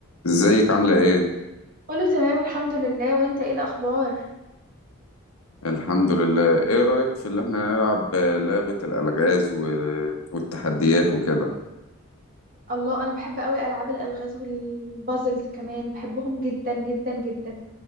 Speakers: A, on the left; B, on the right.
A: ازيك عاملة ايه؟
B: كله تمام الحمد لله وانت ايه الاخبار
A: الحمد لله ايه رأيك في اللي احنا نلعب لعبة الألغاز و... والتحديات وكده
B: الله انا بحب قوي العاب الالغاز والبازلز كمان بحبهم جدا جدا جدا